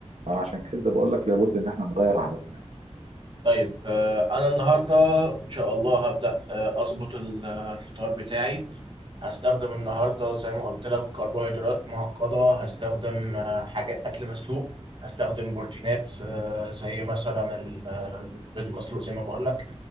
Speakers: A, on the right; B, on the right.
A: فانا عشان كده بقول لك لابد ان احنا نغير عاداتنا
B: طيب آه، أنا النهاردة إن شاء الله هبدأ آه، أظبط ال- الفطار بتاعي هستخدم النهارده زي ما قلت لك كربوهيدرات معقدة هستخدم آه، حاجات أكل مسلوق هستخدم بروتينات آه، زي مثلا ال- آه، البيض المسلوق زي ما بقول لك